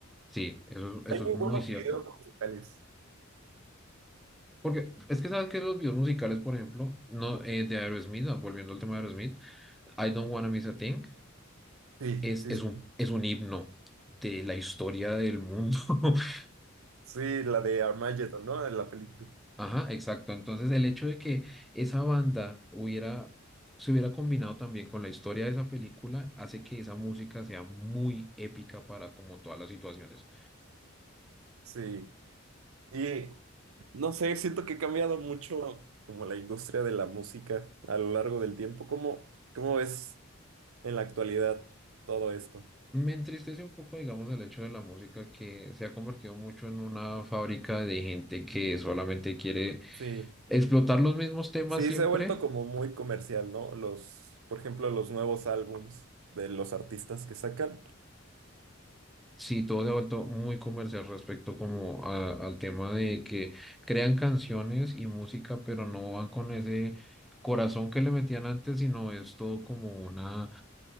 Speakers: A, in the centre; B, on the right (about 80°).
A: Sí, eso, eso
B: Hay muy
A: es muy
B: buenos
A: cierto.
B: videos musicales.
A: Porque es que sabes que los videos musicales, por ejemplo, no, eh, de Aerosmith, ah, volviendo al tema de Aerosmith, I Don't Wanna Miss a Thing
B: Sí,
A: es,
B: sí,
A: es
B: sí.
A: un, es un himno de la historia del mundo. <laughs>
B: Sí, la de Armageddon, ¿no? En la película.
A: Ajá, exacto. Entonces el hecho de que esa banda hubiera, se hubiera combinado también con la historia de esa película hace que esa música sea muy épica para como todas las situaciones.
B: Sí. Y no sé, siento que ha cambiado mucho como la industria de la música a lo largo del tiempo. ¿Cómo, cómo es? en la actualidad todo esto.
A: Me entristece un poco, digamos, el hecho de la música que se ha convertido mucho en una fábrica de gente que solamente quiere
B: Sí,
A: explotar los mismos temas
B: sí,
A: siempre.
B: se ha vuelto como muy comercial, ¿no? Los, por ejemplo, los nuevos álbums de los artistas que sacan.
A: Sí, todo se ha vuelto muy comercial respecto como a- al tema de que crean canciones y música, pero no van con ese corazón que le metían antes, sino es todo como una